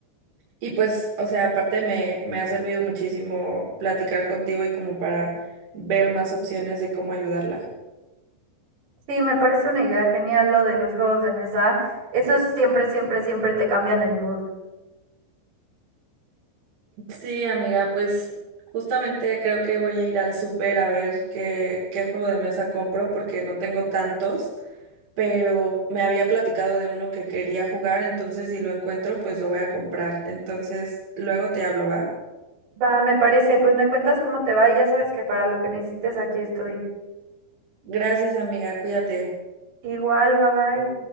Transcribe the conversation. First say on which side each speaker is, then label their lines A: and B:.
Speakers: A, on the right; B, on the right.
A: y pues, o sea, aparte me, me ha servido muchísimo platicar contigo y como para ver más opciones de cómo ayudarla.
B: Sí, me parece una idea genial lo de los juegos de mesa. Eso siempre, siempre, siempre te cambian el mood.
A: Sí, amiga, pues justamente creo que voy a ir al súper a ver qué, qué juego de mesa compro porque no tengo tantos. pero me había platicado de uno que quería jugar, entonces si lo encuentro, pues lo voy a comprar. Entonces, luego te hablo, ¿va?
B: Va, me parece, pues me cuentas cómo te va y ya sabes que para lo que necesites aquí estoy.
A: Gracias, amiga, cuídate.
B: Igual, bye bye.